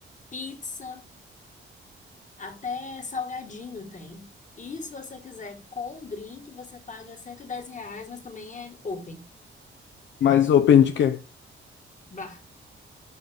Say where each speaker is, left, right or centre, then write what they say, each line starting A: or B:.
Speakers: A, on the left; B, on the left.
A: pizza, até salgadinho tem. E se você quiser com o drink, você paga 110 reais, mas também é open
B: Mas open de quê?
A: bar.